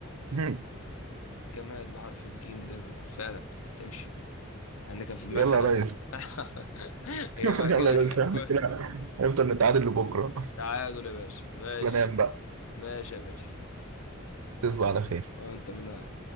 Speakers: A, on the right; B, on the left.
A: <laughs>
B: جماد بحرف الجيم جزم فعلا تمشي أنا كان في دماغي
A: يلا
B: حاجة
A: يا ريس
B: <laughs>
A: <laughs>
B: يبقى
A: يلا
B: كده
A: يا ريس
B: <laughs>
A: احنا
B: كل-
A: كده هنفضل نتعادل لبكره
B: تعادل يا باشا ماشي
A: بنام بقى
B: ماشي يا باشا
A: تصبح على خير
B: وأنت منها